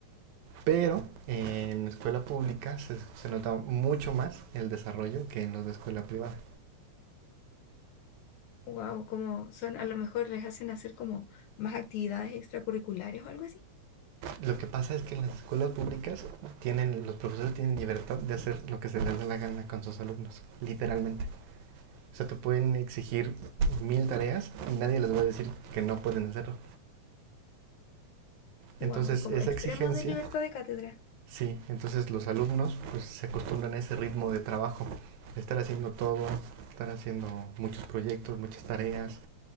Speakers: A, on the right; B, on the left.
A: Pero en escuela pública se, se nota mucho más el desarrollo que en los de escuela privada.
B: wow, como son, a lo mejor les hacen hacer como más actividades extracurriculares o algo así.
A: Lo que pasa es que en las escuelas públicas tienen, los profesores tienen libertad de hacer lo que se les dé la gana con sus alumnos, literalmente. O sea, te pueden exigir mil tareas y nadie les va a decir que no pueden hacerlo. Entonces,
B: Wow, es como
A: esa
B: extremos
A: exigencia,
B: de libertad de cátedra.
A: sí, entonces los alumnos pues, se acostumbran a ese ritmo de trabajo, de estar haciendo todo, estar haciendo muchos proyectos, muchas tareas,